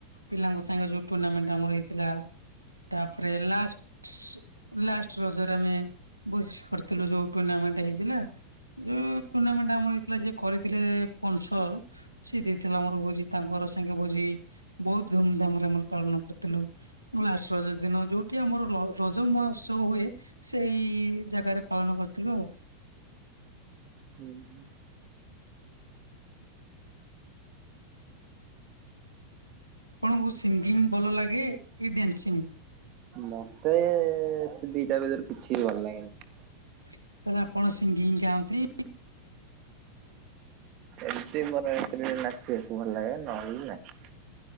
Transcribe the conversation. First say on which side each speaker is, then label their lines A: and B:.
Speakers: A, on the right; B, on the right.
A: ପିଲାଙ୍କ ସାଙ୍ଗେ ଯୋଉ ଟୁର୍ଣ୍ଣାମେଣ୍ଟ ଆମର ହେଇ ଥିଲା ତାପରେ ଲାଷ୍ଟ ଲାଷ୍ଟ ରଜରେ ଆମେ ବସି କରିଥିଲୁ ଯୋଉ ଟୁର୍ଣ୍ଣାମେଣ୍ଟ ହେଇଥିଲା ଟୁର୍ଣ୍ଣାମେଣ୍ଟ ଆମର ହେଇଥିଲା ଯିଏ କରିଥିଲେ ପନସର ସିଏ ଦେଇଥିଲା ଆମର ଭୋଜି ତାଙ୍କର ସାଙ୍ଗେ ଭୋଜି ବହୁତ ଧୁମଧାମ ରେ ଆମର ପାଳନ କରି ଥିଲୁ ଲାଷ୍ଟ ରଜ ଦିନ ଯୋଉଠି ଆମର ର ରଜ ମହୋତ୍ସବ ହୁଏ ସେଇ ଜାଗାରେ ପାଳନ କରିଥିଲୁ ଆଉ।
B: ହୁଁ ହୁଁ।
A: ଆପଣଙ୍କୁ ସିଙ୍ଗିଙ୍ଗ ଭଲ ଲାଗେ କି ଡ୍ୟାନ୍ସିଂ?
B: ମତେ ସେ ଦିଟା ଭିତରୁ କିଛି ବି ଭଲ ଲାଗେନି।
A: ତାହେଲେ ଆପଣ ସିଂଗିଂଗ ଗାଆନ୍ତି
B: ଏମିତି ବରଯାତ୍ରୀରେ ନାଚିବାକୁ ଭଲ ଲାଗେ ନହେଲେ ନାଇଁ।